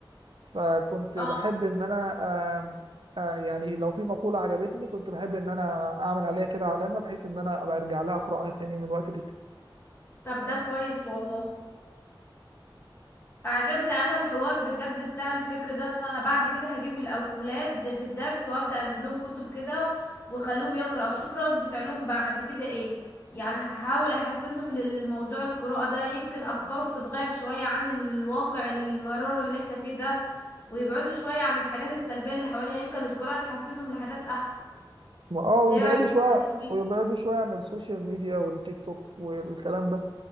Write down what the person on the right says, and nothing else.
فكنت بحب
ان انا آم، آه، يعني لو في مقوله عجبتني كنت بحب ان انا اعمل عليها كده علامه بحيث ان انا ابقى ارجع لها اقراها تاني من وقت للتاني
اه
ويبعدوا
شويه
ويبعدوا شويه عن السوشيال ميديا والتيك توك والكلام ده